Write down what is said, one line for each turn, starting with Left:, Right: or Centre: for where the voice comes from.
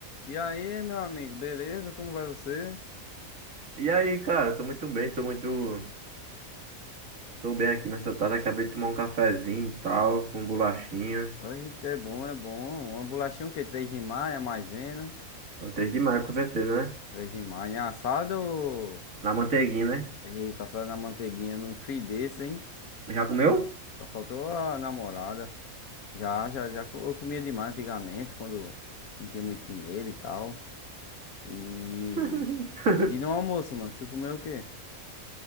Left: E aí, meu amigo, beleza? Como vai você?
Right: E aí, cara, tô muito bem, tô muito. Tô bem aqui nessa tarde. Acabei de tomar um cafezinho e tal, com um bolachinha.
Left: Ai, é bom, é bom. Uma bolachinha o quê? Três de maio, maisena.
Right: Gostei demais, com certeza, né?
Left: Três de maio, né? Assado ou...
Right: Na manteiguinha, né?
Left: Eita, assado na manteiguinha num free desse, hein?
Right: Já comeu?
Left: Só faltou a namorada. Já, já, já. co- Eu comia demais antigamente, quando não tinha muito dinheiro e tal. E...
Right: <laughs>
Left: E no almoço, mano, tu comeu o quê?